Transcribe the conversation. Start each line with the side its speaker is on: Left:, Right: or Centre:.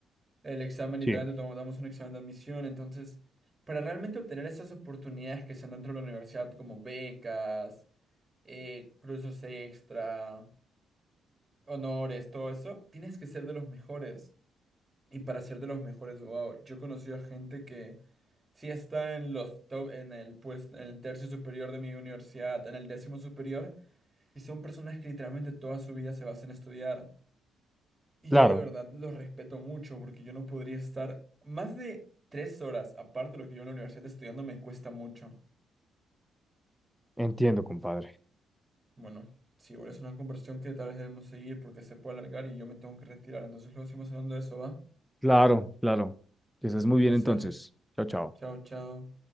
Right: El examen literalmente
Centre: sí,
Right: tom- damos un examen de admisión, entonces, para realmente obtener esas oportunidades que se dan dentro de la universidad, como becas, eh, cursos extra, honores, todo eso, tienes que ser de los mejores. Y para ser de los mejores, wow, yo he conocido a gente que sí está en los top, en el pues, en el tercio superior de mi universidad, en el décimo superior, y son personas que literalmente toda su vida se basan en estudiar. Y
Centre: claro,
Right: yo de verdad los respeto mucho porque yo no podría estar más de tres horas, aparte de lo que yo en la universidad estudiando, me cuesta mucho.
Centre: entiendo, compadre.
Right: Bueno, sí, igual es una conversación que tal vez debemos seguir porque se puede alargar y yo me tengo que retirar. Entonces luego seguimos hablando de eso, ¿va?
Centre: Claro, claro. Que estés muy
Right: Un placer.
Centre: bien entonces. Chao, chao.
Right: Chao, chao.